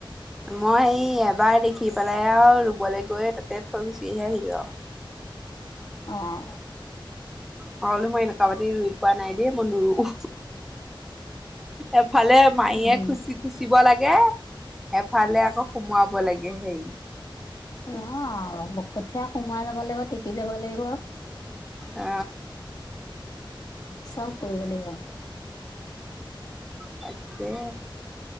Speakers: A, in the centre; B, on the left.
A: মই এই এবাৰ দেখি পেলাই আৰু ৰুবলৈ গৈ তাতে থৈ গুচি আহি আহিলো আৰু।
B: অঁ অ।
A: মই বোলো মই এনেকুৱা মাটি ৰুই পোৱা নাই দে‌ই মই নুৰু, এফালে মাৰিয়ে
B: উম,
A: খুচি খুচিব লাগে, এফালে আকৌ সুমোৱাব লাগে হেৰি।
B: নহয় আৰু কঠীয়া সোমাই যাব লাগিব টিপি যাব লাগিব।
A: অ।
B: চব কৰিব লাগিব।
A: তাকে।